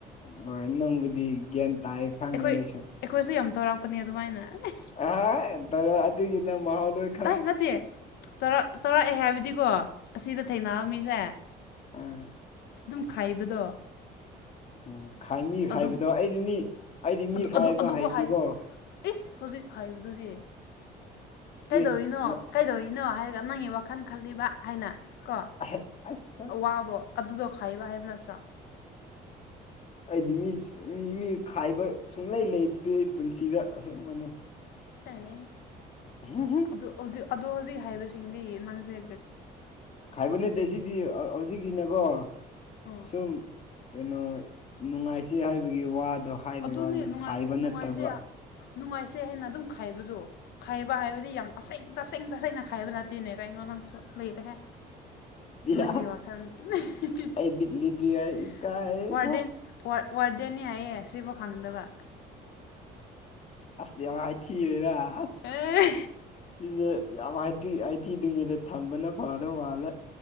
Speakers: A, on the left; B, on the left.
A: ꯍꯣꯏ ꯅꯪꯕꯨꯗꯤ ꯒ꯭ꯌꯥꯟ ꯇꯥꯏ ꯈꯪꯉꯦꯕ
B: ꯑꯩꯈꯣꯏ
A: ꯑꯩꯁꯨ
B: ꯑꯩꯈꯣꯏꯁꯨ ꯌꯥꯝ ꯇꯧꯔꯥꯛꯄꯅꯦ ꯑꯗꯨꯃꯥꯏꯅ ꯑꯦ
A: ꯑ ꯇꯧꯔꯛꯑꯗꯤ ꯅꯪ ꯃꯍꯥꯎ ꯂ‌ꯣꯏ
B: ꯇꯥꯏ ꯅꯠꯇꯦ ꯇꯧꯔ ꯇꯧꯔꯛꯑꯦ ꯍꯥꯏꯕꯗꯤꯀꯣ ꯑꯁꯤꯗ ꯊꯦꯡꯅꯕ ꯃꯤꯁꯦ
A: ꯑ
B: ꯑꯗꯨꯝ ꯈꯥꯏꯕꯗꯣ
A: ꯎꯝ ꯈꯥꯏꯅꯤ
B: ꯑꯗꯨ
A: ꯍꯥꯏꯕꯗꯣ ꯑꯩꯗꯤ ꯃꯤ ꯑꯩꯗꯤ
B: ꯑꯗꯨ
A: ꯃꯤ ꯈꯥꯏꯕ
B: ꯑꯗꯨ ꯑꯗꯨꯕꯨ
A: ꯍꯩꯇꯦꯀꯣ
B: ꯍꯥꯏ ꯏꯁ ꯍꯧꯖꯤꯛ ꯈꯥꯏꯕꯗꯨꯗꯤ ꯀꯩꯗꯧꯔꯤꯅꯣ
A: ꯑꯦ ꯉ
B: ꯀꯩꯗꯧꯔꯤꯅꯣ ꯍꯥꯏꯔꯒ ꯅꯪꯒꯤ ꯋꯥꯈꯜ ꯈꯜꯂꯤꯕ ꯍꯥꯏꯅ ꯀꯣ
A: ꯑꯍꯦ ꯑꯁ
B: ꯑꯋꯥꯕꯣ ꯑꯗꯨꯗꯣ ꯈꯥꯏꯕ ꯍꯥꯏꯕ ꯅꯠꯇ꯭ꯔꯣ
A: ꯑꯩꯗꯤ ꯃꯤ ꯃꯤ ꯃꯤ ꯈꯥꯏꯕ ꯁꯨꯡꯂꯩ ꯂꯩꯇ꯭ꯔꯤ ꯑꯩ ꯄꯨꯟꯁꯤꯗ ꯑꯁꯦꯡꯕꯅꯦ
B: ꯑꯩ
A: <unintelligible>
B: ꯑꯗ‌ꯣ ꯑꯗꯣ ꯍꯧꯖꯤꯛ ꯍꯥꯏꯕꯁꯤꯡꯗꯤ ꯅꯪꯖ‌ꯦ ꯒ
A: ꯈꯥꯏꯕ ꯅꯠꯇꯦ ꯁꯤꯗꯤ ꯍꯧꯖꯤꯛꯀꯤꯅ‌ꯦꯀꯣ
B: ꯑꯥ
A: ꯁꯨꯝ ꯀꯩꯅꯣ ꯅꯨꯡꯉꯥꯏꯁꯤ ꯍꯥꯏꯕꯒꯤ ꯋꯥꯗꯣ ꯍꯥꯏꯕꯩ
B: ꯑꯗꯨꯅꯦ
A: ꯋꯥꯅꯤ
B: ꯅꯨꯡꯉꯥꯏ
A: ꯈꯥꯏꯕ ꯅꯠꯇꯕ
B: ꯅꯨꯡꯉꯥꯏꯁꯦ ꯅꯨꯡꯉꯥꯏꯁꯦ ꯍꯥꯏꯅ ꯑꯗꯨꯝ ꯈꯥꯏꯕꯗꯣ ꯈꯥꯏꯕ ꯍꯥꯏꯕꯗꯤ ꯌꯥꯝ ꯑꯁꯦꯡ ꯇꯁꯦꯡ ꯇꯁꯦꯡꯅ ꯈꯥꯏꯕ ꯅꯠꯇꯦꯅꯦ ꯀꯩꯅꯣ ꯅꯪꯁꯨ ꯂꯩꯔꯦꯍ‌ꯦ
A: ꯌꯥ
B: ꯅꯪꯒꯤ ꯋꯥꯈꯟ <unintelligible>
A: ꯑꯩ ꯕꯤꯠ ꯂꯩꯇꯦ ꯏꯀꯥꯏ
B: ꯋꯥꯔꯗꯦꯟ ꯋꯥ ꯋꯥꯔꯗꯦꯅꯤ ꯍꯥꯏꯌꯦ ꯁꯤꯐꯥꯎ ꯈꯪꯗꯕ
A: ꯑꯁ ꯌꯥꯝ ꯍꯥꯏꯊꯤꯔ‌ꯦꯗ ꯑꯖ
B: ꯑꯦ
A: ꯁꯤꯁꯦ ꯌꯥꯝ ꯍꯥꯏꯊꯤ ꯍꯥꯏꯊꯤꯗ꯭ꯔꯤꯉꯩꯗ ꯊꯝꯕꯅ ꯐꯗꯧ ꯃꯥꯜꯂꯦ